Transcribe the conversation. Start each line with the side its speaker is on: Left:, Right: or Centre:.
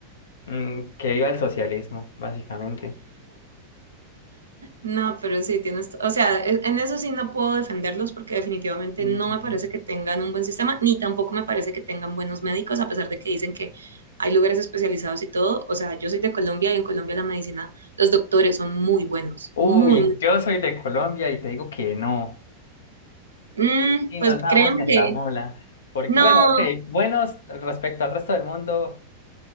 Left: mm, que viva el socialismo, básicamente.
Right: No, pero sí, tienes, o sea, e- en eso sí no puedo defenderlos porque definitivamente
Left: Ujú.
Right: no me parece que tengan un buen sistema, ni tampoco me parece que tengan buenos médicos, a pesar de que dicen que hay lugares especializados y todo. O sea, yo soy de Colombia y en Colombia la medicina, los doctores son muy buenos,
Left: Uy,
Right: muy, muy
Left: yo soy de Colombia y te digo que no.
Right: Mm,
Left: Y
Right: pues
Left: nos vamos
Right: créeme
Left: en
Right: que
Left: la mula. Porque,
Right: no,
Left: bueno, ok, buenos respecto al resto del mundo,